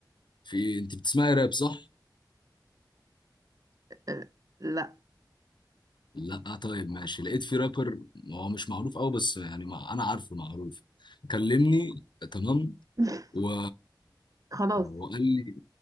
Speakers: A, on the left; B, on the right.
A: في انت بتسمعي راب صح
B: آه، لا
A: لا طيب ماشي لقيت في رابر هو مش معروف قوي بس يعني ما انا عارفه معروف كلمني تمام
B: <laughs>
A: و...
B: خلاص
A: وقال لي